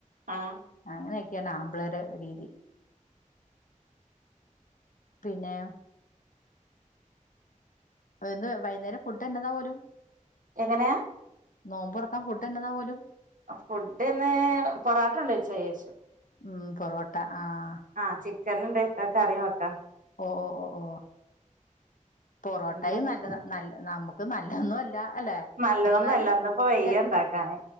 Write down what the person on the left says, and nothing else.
അങ്ങനെയൊക്കെയാണ് ആമ്പിള്ളാരെ രീതി പിന്നേ ന്ന് വൈകുന്നേരം ഫുഡ് എന്നതാ പോലും?
നോമ്പുറക്കാൻ ഫുഡ് എന്നതാ പോലും?
ഉം പൊറോട്ട ആഹ്
ഓ ഓ ഓ ഓ ആ പൊറോട്ടയും
നല്ലത നല്ല നമുക്ക് നല്ലതൊന്നും അല്ല. ലല്ലെ
എന്നാലും
എ